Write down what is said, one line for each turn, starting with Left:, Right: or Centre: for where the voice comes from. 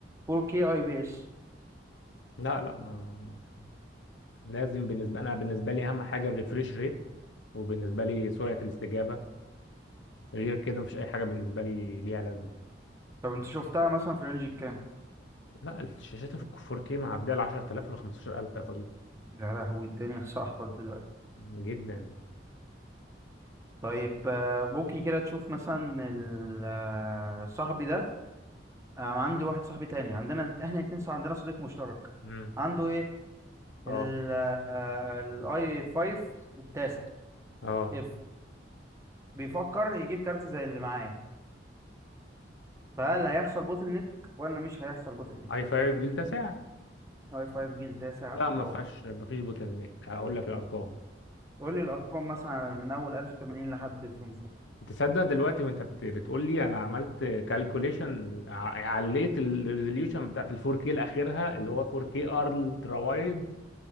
Right: 4K اي بي اس
Left: لا لا ما ما- لازم بالنسبة أنا بالنسبة لي أهم حاجة الريفريش ريت وبالنسبة لي سرعة الاستجابة غير كده مفيش أي حاجة بالنسبة لي ليها لازمة
Right: طب انت شفتها مثلا في رينج الكام
Left: لا الشاشات في 4K معدية ال 10000 ولا 15000 يا صديقي
Right: يا لهوي الدنيا صاحبة دلوقتي
Left: جدا
Right: طيب آه، ممكن كده تشوف مثلا ال- آه، صاحبي ده آه، عندي واحد صاحبي تاني عندنا احنا الاتنين ص- عندنا صديق مشترك
Left: امم
Right: عنده ايه الاي
Left: اه
Right: 5 التاسع
Left: اه
Right: اف بيفكر يجيب كارت زي اللي معايا فهل هيحصل بوتل نيك ولا مش هيحصل بوتل نيك
Left: اي 5 جيل تاسع
Right: اي 5 جيل تاسع
Left: لا ما
Right: اه
Left: فيهاش ما فيش بوتل نيك هقول لك الأرقام
Right: قول لي الارقام مثلا من اول 1080 لحد 500
Left: تصدق دلوقتي وانت بت- بتقول لي انا عملت كالكوليشن عليت الريزوليوشن بتاعت ال 4K الاخيرها اللي هو 4K الترا وايد